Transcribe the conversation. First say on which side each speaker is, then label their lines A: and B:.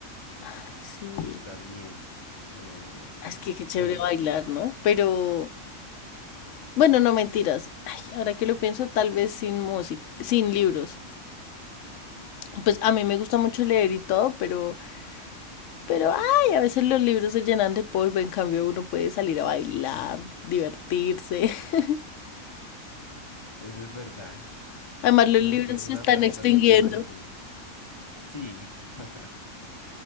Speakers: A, on the left; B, on the left.
A: Ay, sí.
B: pues también. Eh,
A: Es que qué chévere
B: bueno,
A: bailar, ¿no? Pero Bueno, no mentiras. Ay, ahora que lo pienso, tal vez sin música, sin libros. Pues a mí me gusta mucho leer y todo, pero, pero ay, a veces los libros se llenan de polvo, en cambio uno puede salir a bailar, divertirse. <laughs>
B: eso es verdad.
A: Además, los
B: No
A: libros
B: es que es
A: se
B: una
A: están
B: pregunta
A: extinguiendo.
B: siempre difícil. Sí. <laughs>